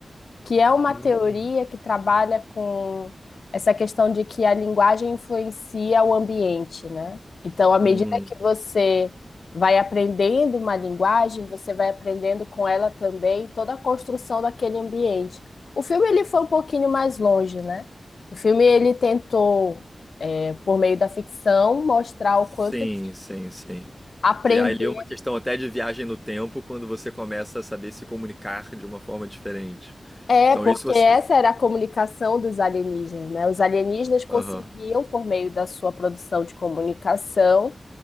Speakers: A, on the left; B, in the centre.
A: que é uma
B: Hum,
A: teoria que trabalha com essa questão de que a linguagem influencia o ambiente, né? Então, à medida
B: hum,
A: que você vai aprendendo uma linguagem, você vai aprendendo com ela também toda a construção daquele ambiente. O filme ele foi um pouquinho mais longe, né? O filme ele tentou, eh, por meio da ficção, mostrar
B: sim,
A: o quanto que
B: sim, sim.
A: aprender
B: Criar ali uma questão até de viagem no tempo quando você começa a saber se comunicar de uma forma diferente.
A: É,
B: Então,
A: porque
B: isso você.
A: essa era a comunicação dos alienígenas, né? Os alienígenas conseguiam,
B: Aham.
A: por meio da sua produção de comunicação,